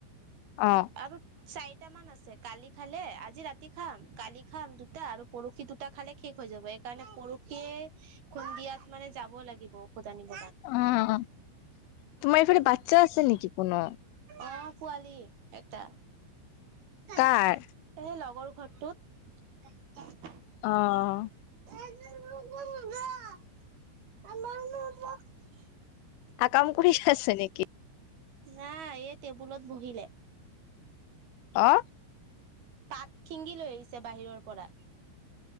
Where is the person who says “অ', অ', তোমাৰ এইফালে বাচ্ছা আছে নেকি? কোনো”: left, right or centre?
Left